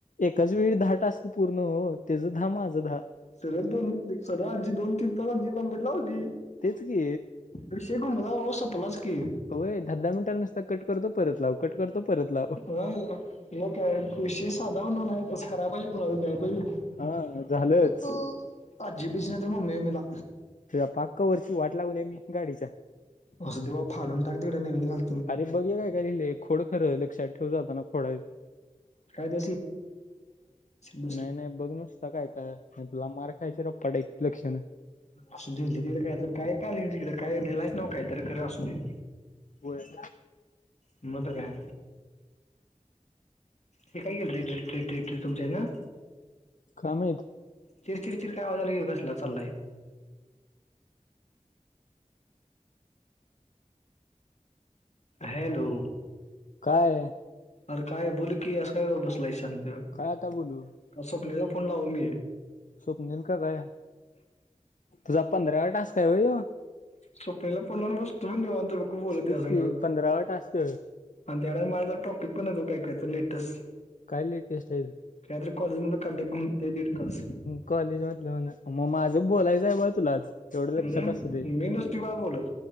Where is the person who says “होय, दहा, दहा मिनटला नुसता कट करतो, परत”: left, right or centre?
Left